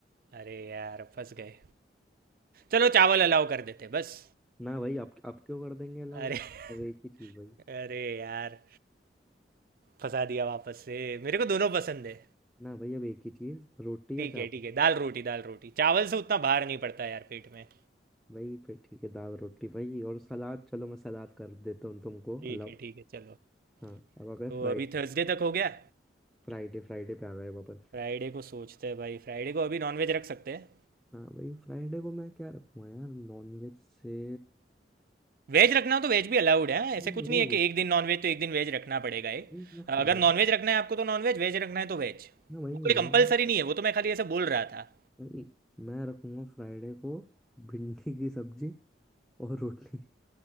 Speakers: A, on the right; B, in the centre.
A: अरे यार फंस गए चलो चावल अलाउ कर देते बस
B: ना भाई आप आप क्यों कर देंगे अलाउड
A: अरे <laughs>
B: अब एक ही चीज़ भाई
A: अरे यार फंसा दिया वापस से मेरे को दोनों पसंद है
B: ना भाई अब एक ही चीज़ रोटी
A: ठीक
B: या
A: है
B: चावल
A: ठीक है दाल रोटी दाल रोटी चावल से उतना भार नहीं पड़ता यार पेट में
B: भाई फिर ठीक है दाल रोटी भाई और सलाद चलो मैं सलाद कर देता हूँ तुमको
A: ठीक
B: अलाउ
A: है ठीक है चलो
B: हाँ अब आ गए
A: तो
B: फ्राइडे
A: अभी थर्सडे तक हो गया
B: फ्राइडे फ्राइडे पे आ गए वापस
A: फ्राइडे को सोचते हैं भाई फ्राइडे को अभी नॉनवेज रख सकते हैं
B: हाँ भाई फ्राइडे को मैं क्या रखूँगा यार नॉनवेज से
A: वेज रखना हो तो वेज भी अलाउड है ऐसे
B: नहीं
A: कुछ नहीं
B: वही
A: है कि एक दिन नॉनवेज तो एक दिन वेज रखना पड़ेगा ये
B: वही ना फ्राइडे
A: अगर नॉनवेज रखना है आपको तो नॉनवेज वेज रखना है तो वेज
B: ना वही
A: वो कोई
B: मैं
A: कंपलसरी नहीं है वो तो मैं खाली ऐसे बोल रहा था
B: वही मैं रखूंगा फ्राइडे को भिंडी की सब्जी और रोटी